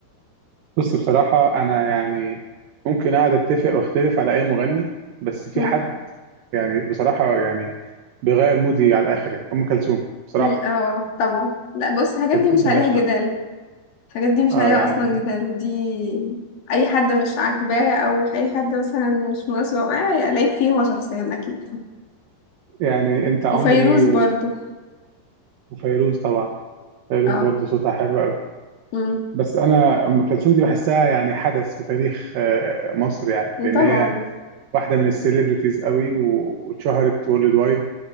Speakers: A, on the right (about 65°); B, on the left (about 60°).
A: بص بصراحه انا يعني ممكن اقعد اتفق واختلف على اي مغني بس في
B: مم.
A: حد يعني بصراحه يعني بيغير مودي على الاخر يعني ام كلثوم بصراحه
B: مي- اه طبعا لا بص الحاجات
A: أم
B: دي
A: كلثوم
B: مش
A: ملهاش
B: عليها جدال
A: حل
B: الحاجات دي مش
A: اه
B: عليها
A: يعني
B: اصلا جدال دي اي حد مش عاجباه او اي حد مثلا مش مناسبه معاه يلاقي فيه هو شخصيا اكيد
A: يعني انت عمري
B: وفيروز
A: و-
B: برضو
A: وفيروز طبعا فيروز
B: اه
A: برضه صوتها حلو قوي
B: أمم.
A: بس انا ام كلثوم دي بحسها يعني حدث في تاريخ آه، مصر يعني لان
B: طبعا
A: هي واحده من السيلبرتيز قوي و- واتشهرت وورلد وايد